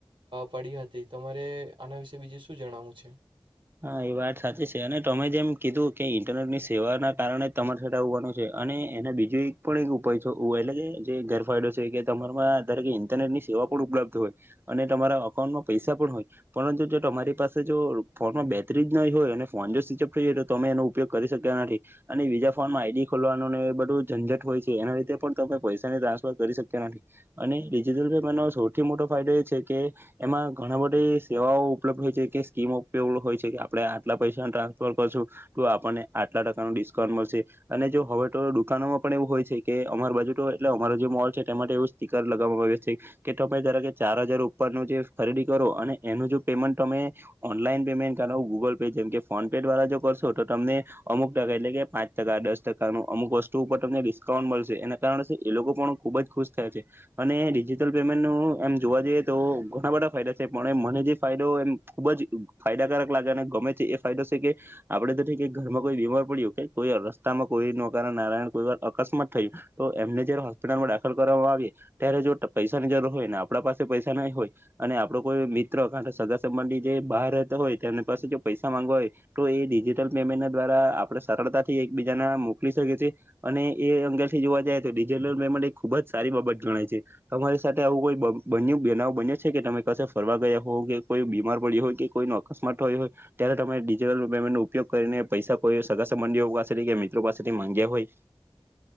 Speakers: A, on the right; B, on the right.
A: પડી હતી તમારે આના વિશે બીજું શું જણાવું છે.
B: હા એ વાત સાચી છે અને તમે જેમ કીધું કે ઇન્ટરનેટની સેવાના કારણે તમારે આવવાનું છે અને એના બીજું એક પણ એક ઉપાય છે એટલે કે જે ગેરફાયદો છે કે તમારમાંરે કે ઇન્ટરનેટ ની સેવા પણ ઉપલબ્ધ હોય અને તમારા અકાઉન્ટમાં પૈસા પણ હોય પરંતુ જો તમારી પાસે જો ફોનમાં બેટરી જ નહીં હોય અને ફોન જો સ્વિચઅપ થઈ જએ તો તમે એનો ઉપયોગ કરી શક્યા નથી અને બીજા ફોનમાં આઈડી ખોલવાનો ને એ બધું ઝંઝટ હોય છે એના લીધે પણ તમે પૈસાની ટ્રાન્સફર કરી શક્યા નથી અને ડિજિટલ પેમેન્ટનો સૌથી મોટો ફાયદો એ છે કે એમાં ઘણા બધી સેવાઓ ઉપલબ્ધ હોય છે કે સ્કીમો હો છે કે આપડણે આટલા પૈસા ટ્રાન્સફર કરશું તો આપણને આટલા ટકાનું ડિસ્કાઉન્ટ મળશે અને જો હવે તો દુકાનોમાં પણ એવું હોય છે કે અમાર બજુટ એટલે અમારો જે મોલ છે તે માટે એવું સ્ટીકર લગાવવામાં આવ છે કે તમે જરા કે ચાર હજાર ઉપરનું જે ખરીદી કરો અને એનું જો પેમેન્ટ તમે ઓનલાઈન પેમેન્ટ કર ગૂગલ પે જેમ કે ફોન પે દ્વારા જો કરશો તો તમને અમુક ટકા એટલે કે પાંચ ટકા દસ ટકાનું અમુક વસ્તુ ઉપર તમને ડિસ્કાઉન્ટ મળશે એના કારણે એ લોકો પણ ખૂબ જ ખુશ થયા છે અને ડિજિટલ પેમેન્ટનું એમ જોવા જઈએ તો ઘણા બધા ફાયદા છે પણ એ મને જે ફાયદો એમ ખૂબ જ ફાયદાકારક લાગે અને ગમે છે એ ફાયદો છે કે આપડે તો થ ઘરમાં કોઈ બીમાર પડ્યું કે કોઈ રસ્તામાં કોઈ ન કાર નારાયણ કોઈ વાર અકસ્માત થયું તો એમને જયારે હોસ્પિટલમાં દાખલ કરવામાં આવી ત્યારે જો પૈસાની જરૂર હોય ને આપણા પાસે પૈસા નહીં હોય અને આપડો કોઈ મિત્ર કારણ કે સગા સંબંધી જે બહાર રહેતો હોય તો એની પાસે જો પૈસા માંગવા હોય તો એ ડિજિટલ પેમેન્ટના દ્વારા આપણે સરળતાથી એકબીજાના મોકલી શકીએ છીએ અને એ અંગેથી જોવા જાય તો ડિજિટલ પેમેન્ટ એ ખૂબ જ સારી બાબત જણાય છે તમારી સાથે આવું કોઈ બન બનાવ બન્યો છે કે તમે કસે ફરવા ગયા હો કે કોઈ બીમાર પડી્યો હોય કોઈ ન અકસ્માત હોય હોય ત્યારેટલ પેન્ટ ન ઉપયોગ કરીને પૈસા કોઈ સગા સંબંધીઓ પાસેથી કે મિત્રો પાસેથી માંગ્યા હોય